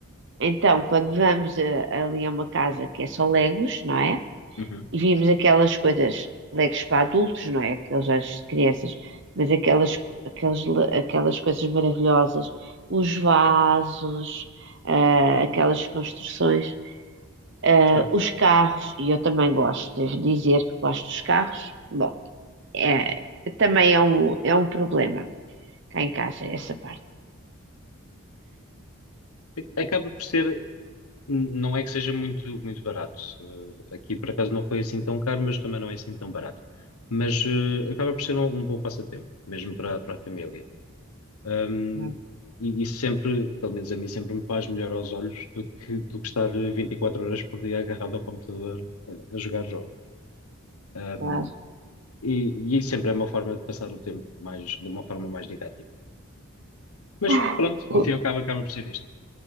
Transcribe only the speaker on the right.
Então, quando vamos a- ali a uma casa que é só Legos, não é?
E vimos aquelas coisas, Legos para adultos, não é? Aqueles às crianças, mas aquelas, aquelas, aquelas coisas maravilhosas, os vasos, ah, aquelas construções. Ah,
os carros, e eu também gosto, devo dizer que gosto dos carros, bom, é, também é um, é um problema cá em casa, essa parte.
Hum,
Claro.
<laughs>
O-